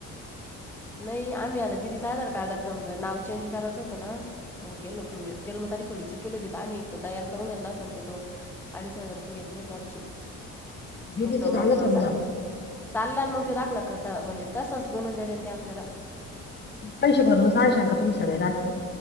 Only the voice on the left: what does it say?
दीदीचं
झालं
समजा
पैसे भरूनच आनसाल का तुम्ही सगळे दाखले?